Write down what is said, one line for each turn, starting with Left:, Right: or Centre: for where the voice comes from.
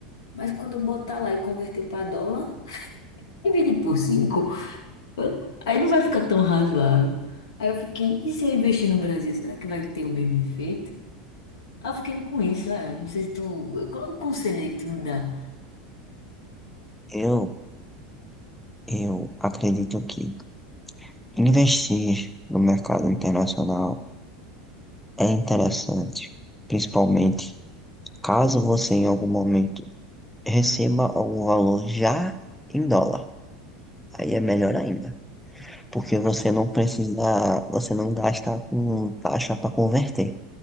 Left: mas quando eu botar lá e converter para dólar, dividir por cinco, <laughs> aí não vai ficar tão razoável. Aí eu fiquei, e se eu investir no Brasil, será que vai ter o mesmo efeito? Aí eu fiquei com isso, é, não sei se tu, qual é o conselho aí que tu me dá?
Centre: Eu, eu acredito que investir no mercado internacional é interessante, principalmente caso
Left: Hum,
Centre: você em algum momento receba algum valor já em dólar. Aí é melhor ainda, porque você não precisa, você não gasta com taxa para converter.